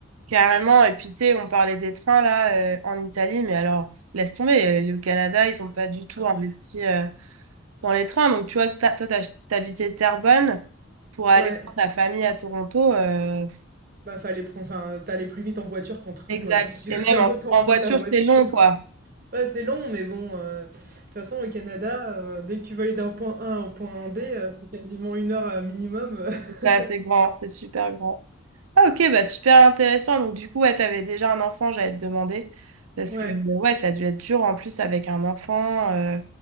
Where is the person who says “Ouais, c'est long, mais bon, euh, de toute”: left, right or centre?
Right